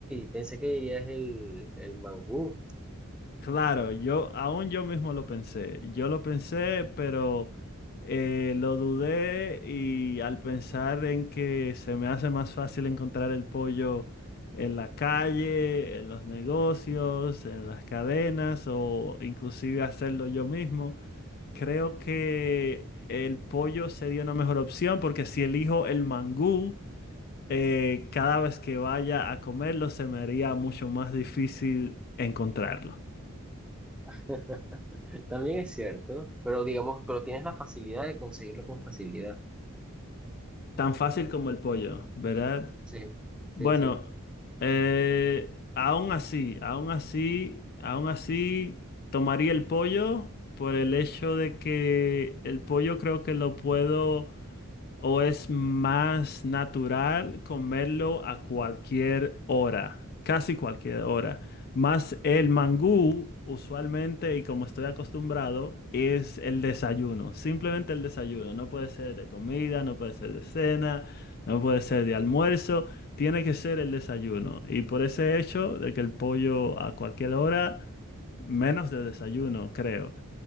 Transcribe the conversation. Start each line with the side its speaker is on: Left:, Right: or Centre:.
Centre: pensé que dirías el, el mangú.
Left: Claro, yo aún yo mismo lo pensé. Yo lo pensé, pero eh, lo dudé y al pensar en que se me hace más fácil encontrar el pollo en la calle, en los negocios, en las cadenas o inclusive hacerlo yo mismo, creo que el pollo sería una mejor opción porque si elijo el mangú, eh, cada vez que vaya a comerlo se me haría mucho más difícil encontrarlo.
Centre: <laughs> También es cierto, pero digamos, pero tienes la facilidad de conseguirlo con facilidad.
Left: Tan fácil como el pollo, ¿verdad?
Centre: Sí, sí,
Left: Bueno,
Centre: sí.
Left: eh, aún así, aún así, aún así, tomaría el pollo por el hecho de que el pollo creo que lo puedo ¿O es más natural comerlo a cualquier hora? Casi cualquier hora. Más el mangú, usualmente, y como estoy acostumbrado, es el desayuno. Simplemente el desayuno. No puede ser de comida, no puede ser de cena, no puede ser de almuerzo. Tiene que ser el desayuno. Y por ese hecho de que el pollo a cualquier hora, menos de desayuno, creo.